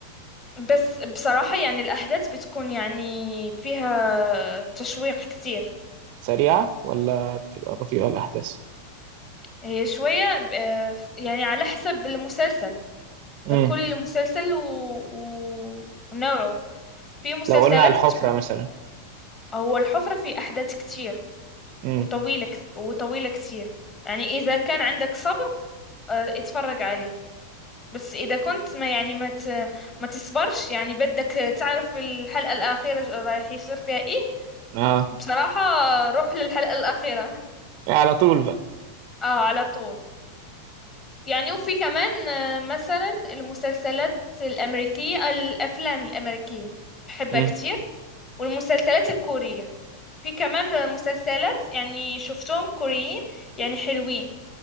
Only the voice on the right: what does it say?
سريعة ولا بتبقى بطيئة الاحداث
امم
لو قلنا على الحفرة
مثلا
امم
اه
يعني على طول بقى
امم